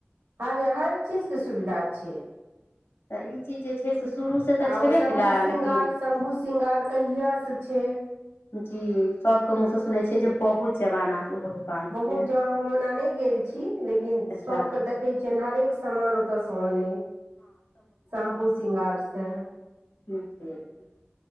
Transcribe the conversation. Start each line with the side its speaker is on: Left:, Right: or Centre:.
Right: हर हर चीजके सुविधा छै
Left: तऽ ई <unintelligible> शुरू सतऽ
Right: आ
Left: छेने
Right: ओ शम्भू
Left: कलय
Right: श्रृंगार
Left: लेकिन
Right: शम्भू श्रृंगार कहियासँ छै
Left: जी सबके मुँह स सुनै छियै जे बहुत जवाना ओहो दुकान
Right: बहुत
Left: छै
Right: ज हम ओना नहि गेल छी लेकिन
Left: अच्छा
Right: सबके देख कहै छिय हरेक समामान ओतय स अन शम्भू श्रृंगार स
Left: ज ज <unintelligible>